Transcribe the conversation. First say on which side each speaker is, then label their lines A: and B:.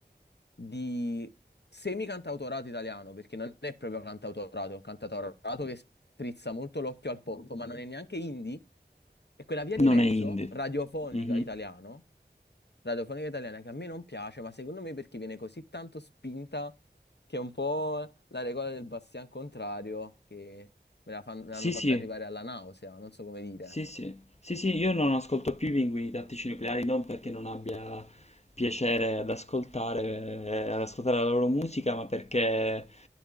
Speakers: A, on the left; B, on the left.
A: di semi-cantautorato italiano, perché non è proprio cantautorato, è un cantautorato che strizza molto l'occhio al pop, ma non è neanche indie, è quella via
B: Non
A: di mezzo
B: è indie.
A: radiofonica
B: Mhm.
A: italiano radiofonica italiana che a me non piace, ma secondo me perché viene così tanto spinta che è un po' la regola del bastian contrario che me la fan- me
B: Sì,
A: l'hanno fatta
B: sì,
A: arrivare alla nausea, non so come dire.
B: sì, sì. Sì, sì, io non ascolto più i Pinguini Tattici Nucleari, non perché non abbia piacere ad ascoltare, eh, ad ascoltare la loro musica, ma perché